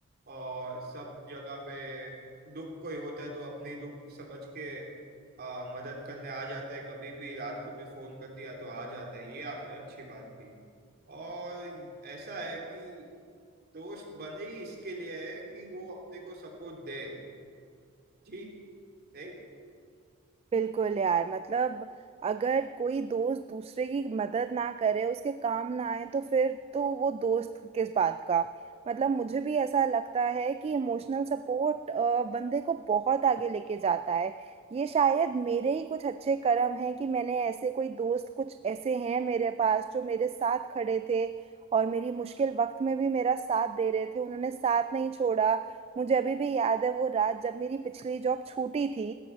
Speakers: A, on the right; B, on the right.
A: और सब जगह पे दुख कोई होता है तो अपनी दुख समझ के आ, मदद करने आ जाता है कभी भी रात को भी फोन कर दिया तो आ जाता है ये आपने अच्छी बात की और ऐसा है कि दोस्त बने ही इसके लिए है कि वो अपने को सपोर्ट दे जी है?
B: बिल्कुल यार मतलब अगर कोई दोस्त दूसरे की मदद ना करे उसके काम ना आए तो फिर तो वो दोस्त किस बात का मतलब मुझे भी ऐसा लगता है कि इमोशनल सपोर्ट बंदे को बहुत आगे लेके जाता है ये शायद मेरे ही कुछ अच्छे कर्म हैं कि मैंने ऐसे कोई दोस्त कुछ ऐसे हैं मेरे पास जो मेरे साथ खड़े थे और मेरी मुश्किल वक्त में भी मेरा साथ दे रहे थे उन्होंने साथ नहीं छोड़ा मुझे अभी भी याद है वो रात जब मेरी पिछली जॉब छूटी थी